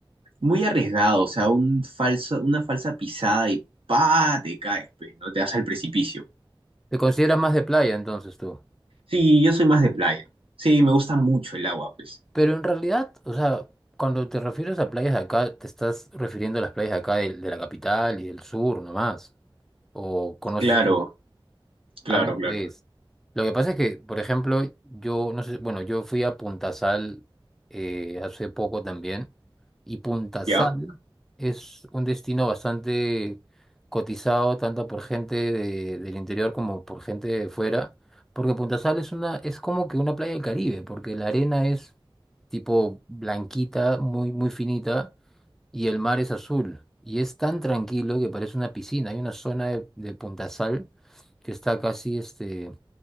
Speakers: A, on the right (about 80°); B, in the centre.
A: muy arriesgado, o sea, un falso, una falsa pisada y pa, te caes, pues, ¿no? Te vas al precipicio.
B: ¿Te consideras más de playa entonces tú?
A: Sí, yo soy más de playa. Sí, me gusta mucho el agua, pues.
B: Pero en realidad, o sea, cuando te refieres a playas de acá, te estás refiriendo a las playas de acá del- de, la capital y del sur nomás. ¿O conoces
A: Claro,
B: otras?
A: Claro,
B: Ah, no,
A: claro.
B: pues. Lo que pasa es que, por ejemplo, yo no sé, bueno, yo fui a Puntasal eh, hace poco también, y Puntasal
A: Ya,
B: es un destino bastante cotizado tanto por gente de- del interior como por gente de fuera, porque Puntasal es una, es como que una playa del Caribe, porque la arena es tipo blanquita, muy, muy finita y el mar es azul. Y es tan tranquilo que parece una piscina. Hay una zona de, de Puntasal que está casi este,